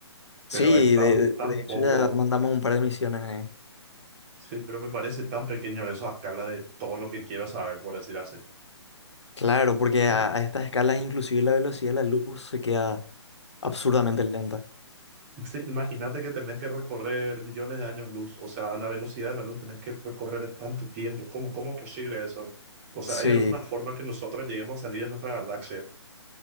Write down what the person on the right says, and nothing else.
Pero
es tan,
tan
poco
Sí, pero me parece tan pequeño eso a escala de todo lo que quiero saber, por decir así.
<laughs>
Sí, imagínate que tenés que recorrer millones de años luz, o sea, a la velocidad de la luz tenés que recorrer tanto tiempo. ¿Cómo, cómo es posible eso? O sea,
¿hay alguna forma que nosotros lleguemos a salir de nuestra galaxia?